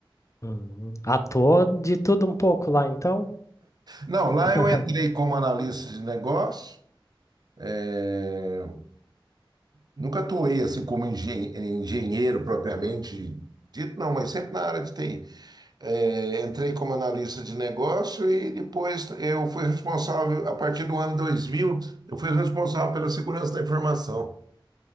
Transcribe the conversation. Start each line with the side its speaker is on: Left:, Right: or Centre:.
Left: Uhum. Atuou de tudo um pouco lá, então?
Right: Não, lá
Left: <laughs>
Right: eu entrei como analista de negócio. é, nunca atuei assim como engen- engenheiro propriamente dito, não, mas sempre na área de TI. É, entrei como analista de negócio e depois eu fui responsável, a partir do ano 2000. eu fui responsável pela segurança da informação.